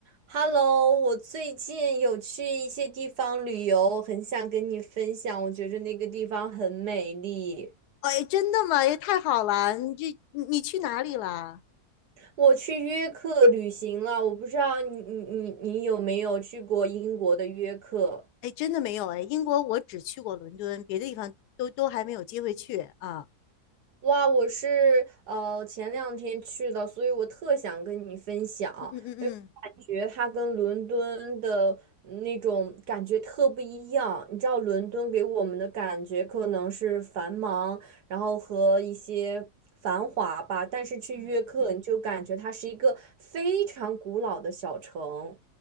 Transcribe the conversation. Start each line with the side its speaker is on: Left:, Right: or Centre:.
Right: Hello，我最近有去一些地方旅游，我很想跟你分享，我觉着那个地方很美丽。
Left: 哎，真的吗？也太好了！你这你你去哪里了？
Right: 我去约克旅行了，我不知道你你你你有没有去过英国的约克？
Left: 哎，真的没有哎，英国我只去过伦敦，别的地方都都还没有机会去啊。
Right: 哇，我是呃前两天去的，所以我特想跟你分享，
Left: 嗯嗯嗯嗯
Right: 因为我感觉它跟伦敦的嗯那种感觉特不一样。你知道，伦敦给我们的感觉可能是繁忙，然后和一些繁华吧，但是去约克你就感觉它是一个非常古老的小城。
Left: 嗯，